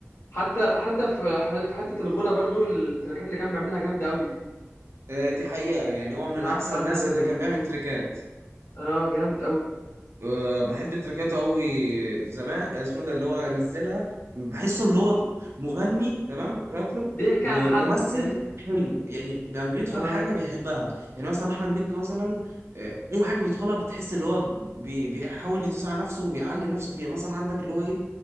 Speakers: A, on the left; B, on the right.
A: حتى حتى في ح- في حته الغنى برضو التراكات اللي كان بيعملها جامده قوي
B: آه، دي حقيقة يعني هو من
A: بتاعت
B: أحسن
A: ارن
B: الناس
A: غزال
B: اللي كان بيعمل
A: وكده.
B: تريكات
A: اه جامد قوي
B: آه، بحب تريكاته أوي زمان آه، اسمه ده اللي هو نزلها بحسه اللي هو مغني تمام رابر
A: بيحكي
B: وممثل
A: عن حالنا فاهم
B: حلو يعني لما بيدخل
A: اه
B: حاجة بيحبها يعني مثلا أحمد مكي مثلا آه، أي حاجة بيدخلها بتحس اللي هو بي- بيحاول يدوس على نفسه ويعلي نفسه فيها مثلا عندك اللي هو إيه